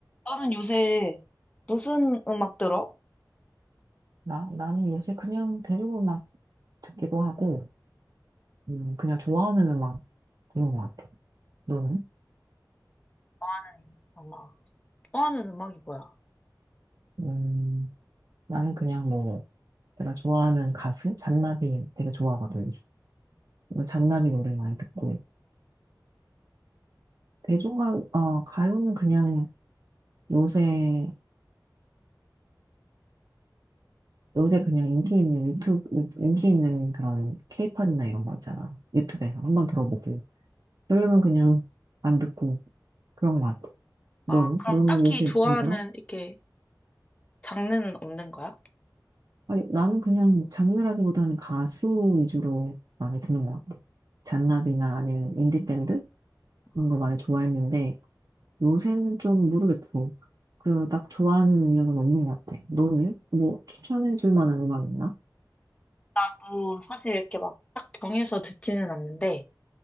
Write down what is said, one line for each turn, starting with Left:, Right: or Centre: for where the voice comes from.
Left: 나는 요새 무슨 음악 들어?
Right: 나, 나는 요새 그냥 대륙 음악 듣기도 하고, 음, 그냥 좋아하는 음악 듣는 것 같아. 너는?
Left: 좋아하는 음악. 좋아하는 음악이 뭐야?
Right: 음, 나는 그냥 뭐, 내가 좋아하는 가수, 잔나비 되게 좋아하거든. 그래서 잔나비 노래 많이 듣고. 대중가, 어, 가요는 그냥 요새, 요새 그냥 인기 있는 유튜브, 유- 인기 있는 그런 케이팝이나 이런 거 있잖아. 유튜브에서 한번 들어보고. 그러면 그냥 안 듣고 그런 것 같아. 너는?
Left: 아, 그럼
Right: 너는
Left: 딱히
Right: 요새
Left: 좋아하는
Right: 뭐 들어?
Left: 이렇게 장르는 없는 거야?
Right: 아니, 나는 그냥 장르라기보다는 가수 위주로 많이 듣는 것 같아. 잔나비나 아니면 인디밴드? 이런
Left: 아,
Right: 거 많이 좋아했는데, 요새는 좀 모르겠고, 그, 딱 좋아하는 음악은 없는 것 같아. 너는? 뭐, 추천해줄 만한 음악 있나?
Left: 나도 사실 이렇게 막 딱 정해서 듣지는 않는데